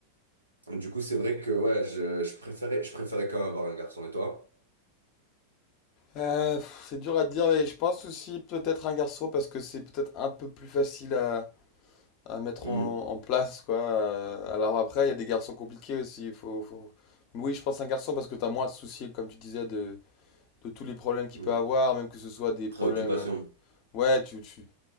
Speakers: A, on the right; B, on the left.
A: Du coup, c'est vrai que ouais, je, je préférais, je préférais quand même avoir un garçon. Et toi?
B: Euh, pff, c'est dur à dire, mais je pense aussi peut-être un garçon parce que c'est peut-être un peu plus facile à, à mettre
A: Hmm,
B: en, en place, quoi. Euh, alors après, il y a des garçons compliqués aussi. il Faut, faut... Mais oui, je pense un garçon parce que t'as moins à te soucier, comme tu disais, de, de tous les problèmes qu'il
A: hmm.
B: peut avoir, même que ce soit des
A: Préoccupation.
B: problèmes. euh, Ouais, tu, tu...